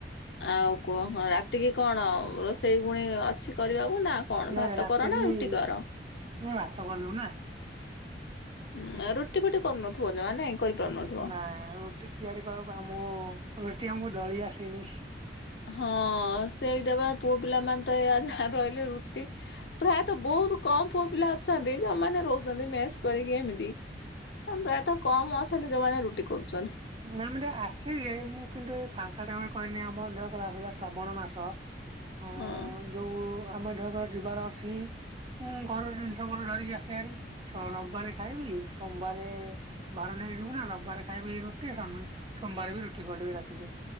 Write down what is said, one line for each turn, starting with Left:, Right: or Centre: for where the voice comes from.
Left: ଆଉ କୁହ କଣ ରାତିକି କଣ, ରୋଷେଇ ପୁଣି ଅଛି କରିବାକୁ ନା କଣ
Right: ନାଇ
Left: ଭାତ
Right: ରାତିକି
Left: କର ନା ରୁଟି
Right: <unintelligible>
Left: କର
Right: ଭାତ କଲୁ ନା।
Left: ଉଁ ରୁଟି ଫୁଟି କରୁନଥିବ ଜମା ନାଇଁ? କରିପାରୁନଥିବ।
Right: ନାଇଁ ରୁଟି ତିଆରି କରିବାକୁ, ମୁଁ ରୁଟି ଆମକୁ ଦଳିଆସେଇନି।
Left: ହଁ ସେଇଟା ବା, ପୁଅ ପିଲାମାନେ ତ ଏଇଆ ଯା ରହିଲେ ରୁଟି ପ୍ରାୟତ ବହୁତ କମ୍ ପୁଅ ପିଲା ଅଛନ୍ତି, ଯୋଉମାନେ ରହୁଛନ୍ତି ମେସ୍ କରିକି ଏମିତି ପ୍ରାୟତଃ କମ୍ ଅଛନ୍ତି ଯୋଉମାନେ ରୁଟି କରୁଚନ୍ତି।
Right: ନାଇଁ ମତେ ଆସେ ଯେ, ମୁଁ କିନ୍ତୁ ଏଇ ଫାଙ୍କା ଟା କରେନି ଆମର ଅ ଆସିଲା ଶ୍ରାବଣ ମାସ ଅଁ
Left: ହଁ।
Right: ଯୋଉ ଆମ ଧର ଯିବାର ଅଛି ଉଁ ଘରର ଜିନିଷ କଣ ଧରିକି ଆସେ ଭାରି, ରବିବାରେ ଖାଇବି ସୋମବାରେ ବାହାରୁ ନେଇକି ଯିବୁ ନା, ରବିବାର ଖାଇବି <unintelligible> ସୋମବାରେ ବି ରୁଟି କରିିଦେବି ରାତିରେ,